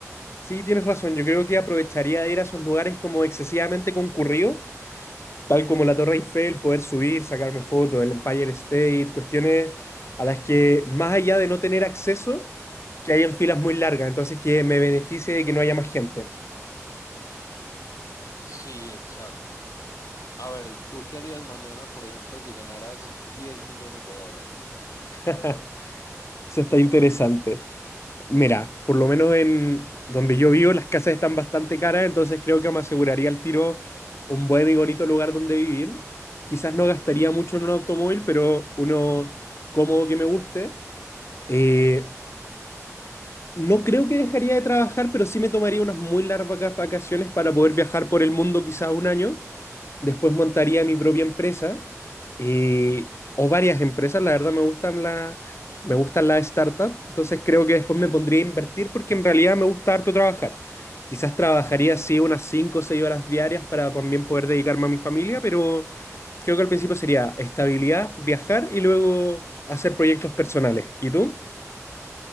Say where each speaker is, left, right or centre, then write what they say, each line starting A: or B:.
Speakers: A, on the left; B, on the left.
A: Sí, tienes razón, yo creo que aprovecharía de ir a esos lugares como excesivamente concurridos Tal como la Torre Eiffel, poder subir, sacarme fotos, el Empire State, cuestiones a las que, más allá de no tener acceso, que hayan filas muy largas, entonces que me beneficie de que no haya más gente.
B: Sí, exacto. A ver, ¿tú qué harías mañana, por ejemplo, si ganaras 10 millones de dólares?
A: <laughs> Eso está interesante. Mira, por lo menos en donde yo vivo, las casas están bastante caras, entonces creo que me aseguraría al tiro un buen y bonito lugar donde vivir. Quizás no gastaría mucho en un automóvil, pero uno cómodo que me guste. Eh, No creo que dejaría de trabajar, pero sí me tomaría unas muy largas vaca- vacaciones para poder viajar por el mundo quizás un año. Después montaría mi propia empresa eh, o varias empresas. La verdad me gustan las me gustan las startups. Entonces creo que después me pondría a invertir porque en realidad me gusta harto trabajar. Quizás trabajaría así unas 5 o 6 horas diarias para también poder dedicarme a mi familia, pero creo que al principio sería estabilidad, viajar y luego hacer proyectos personales. ¿Y tú?